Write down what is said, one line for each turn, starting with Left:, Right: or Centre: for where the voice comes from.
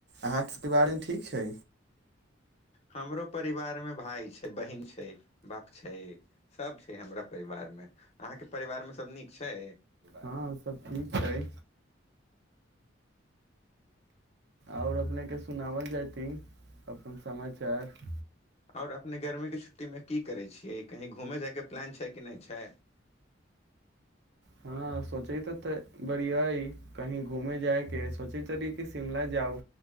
Right: अहाँके सभके बारेमे ठीक छै
Left: हमरो परिवार मे भाय छै बहिन छै बाप छै सब छै हमरा परिवार मे अहाँके परिवार मे सब नीक छै
Right: हँ सब ठीक छै आओर अपनेके सुनावल जयती अपन समाचार
Left: आओर अपने गर्मीके छुट्टीमे की करै छियै कहीँ घूमय जायके प्लान छै कि नहि छै
Right: हँ सोचै त तऽ बड़ियइ कहीं घूमे जायके सोचै छल र कि शिमला जाउ